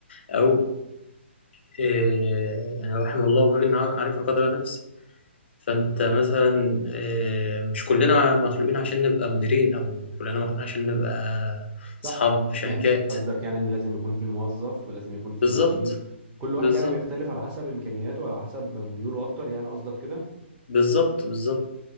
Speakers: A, on the left; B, on the right.
A: أو آه، يعني رحم الله إنه عارف قدر نفسه فانت
B: بالظبط
A: مثلا آه، مش كلنا مخلوقين عشان نبقى مديرين او كلنا مخلوقين عشان نبقى
B: صح
A: اصحاب شركات
B: يعني قصدك يعني ان لازم يكون في الموظف ولازم يكون في
A: بالظبط
B: المدير كل واحد
A: بالظبط
B: يعني بيختلف على حسب امكانياته وعلى حسب ميوله اكتر يعني قصدك كده
A: بالظبط بالظبط